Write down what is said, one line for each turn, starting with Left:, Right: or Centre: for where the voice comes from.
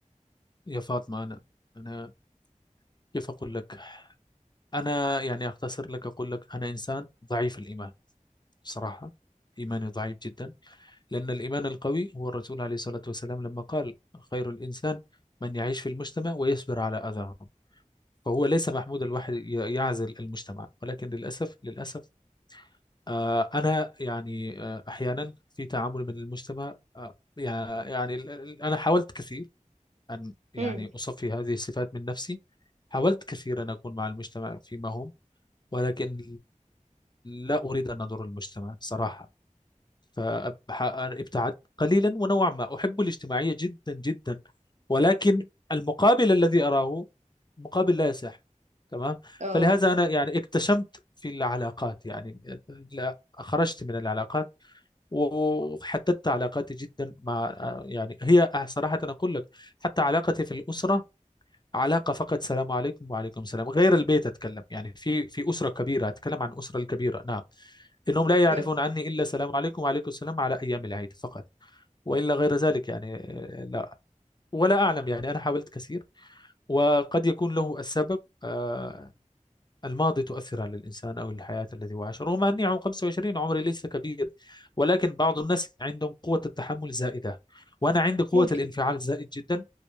Left: يا فاطمة أنا أنا كيف أقول لك أنا يعني أختصر لك أقول لك أنا إنسان ضعيف الإيمان صراحة إيماني ضعيف جدا لأن الإيمان القوي هو الرسول عليه الصلاة والسلام لما قال خير الإنسان من يعيش في المجتمع ويصبر على أذاهم فهو ليس محمود الواحد ي- يعزل المجتمع ولكن للأسف للأسف آه، أنا يعني آه، أحيانا في تعامل من المجتمع آه، يعني يعني ال- ال- أنا حاولت كثير أن يعني
Right: امم
Left: أصفي هذه الصفات من نفسي حاولت كثيرا أن أكون مع المجتمع فيما هم ولكن لا أريد أن أضر المجتمع صراحة فابتعدت قليلا ونوعا ما أحب الاجتماعية جدا جدا ولكن المقابل الذي أراه مقابل لا يصح تمام
Right: اه
Left: فلهذا أنا يعني اكتشمت في العلاقات يعني لا خرجت من العلاقات وحددت علاقاتي جدا مع يعني هي صراحة أقول لك حتى علاقتي في الأسرة علاقة فقط سلام عليكم وعليكم السلام غير البيت أتكلم يعني في في أسرة كبيرة أتكلم عن أسرة الكبيرة نعم إنهم لا
Right: اوكي
Left: يعرفون عني إلا سلام عليكم وعليكم السلام على أيام العيد فقط وإلا غير ذلك يعني آه، لا ولا أعلم يعني أنا حاولت كثير وقد يكون له السبب آه، الماضي تؤثر على الإنسان أو الحياة التي هو عاش رغم أني عمري 25 عمري ليس كبير ولكن بعض الناس عندهم قوة التحمل زائدة وأنا عندي قوة
Right: ممكن
Left: الانفعال زائد جدا